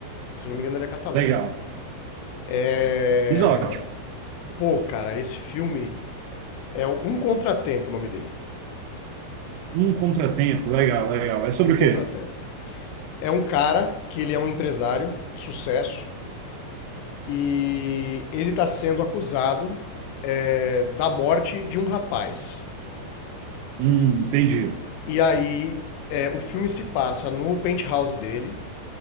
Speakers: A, on the left; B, on the right.
A: Se não me engano, ele é catalão.
B: Legal.
A: É...
B: Exótico.
A: Pô, cara, esse filme é um contratempo o nome dele.
B: Um contratempo, legal, legal. É sobre
A: Um contratempo.
B: o quê?
A: É um cara que ele é um empresário, de sucesso, e ele tá sendo acusado é, da morte de um rapaz.
B: Hum, entendi.
A: E aí é, o filme se passa no penthouse dele,